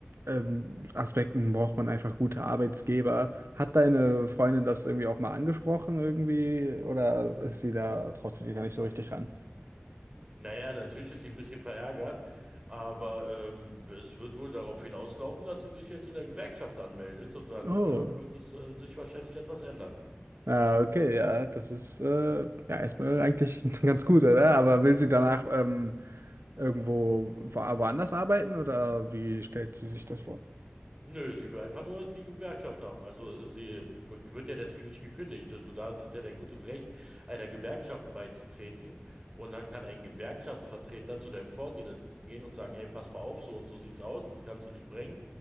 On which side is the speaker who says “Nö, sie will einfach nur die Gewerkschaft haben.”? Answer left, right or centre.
Right